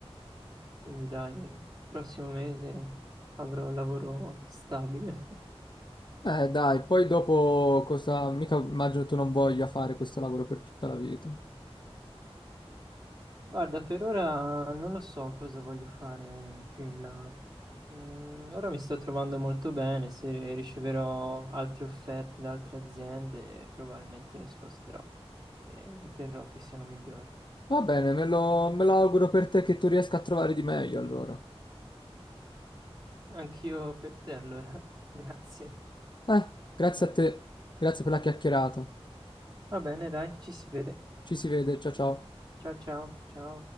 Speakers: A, on the right; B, on the left.
A: quindi dai, prossimo mese avrò lavoro stabile.
B: Eh, dai, poi dopo cosa... Mica immagino tu non voglia fare questo lavoro per tutta la vita.
A: Guarda, per ora non lo so cosa voglio fare più in là. Mm, ora mi sto trovando molto bene, se riceverò altre offerte da altre aziende, probabilmente mi sposterò e vi terrò che siano migliori.
B: Va bene, me lo, me lo auguro per te che tu riesca a trovare di meglio allora.
A: Anch'io per te allora, <laughs> grazie.
B: Eh, grazie a te, grazie per la chiacchierata.
A: Va bene, dai, ci si vede.
B: Ci si vede, ciao ciao.
A: Ciao ciao, ciao.